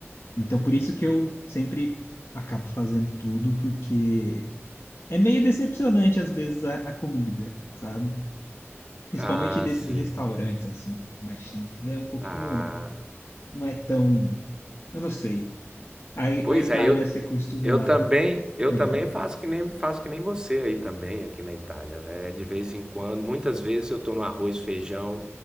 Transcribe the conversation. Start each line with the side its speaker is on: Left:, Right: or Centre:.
Left: Então, por isso que eu sempre acabo fazendo tudo, porque é meio decepcionante às vezes a, a comida, sabe? Principalmente
Right: Ah,
Left: desses
Right: sim.
Left: restaurantes assim, mais chiques, é um pouquinho,
Right: Ah,
Left: não é tão, eu não sei. Aí
Right: pois
Left: na Itália
Right: é, eu,
Left: você costuma,
Right: Eu também, eu
Left: perdão,
Right: também
Left: perdão.
Right: faço que nem faço que nem você aí também, aqui na Itália, véi. De vez em quando, muitas vezes eu tô no arroz, feijão,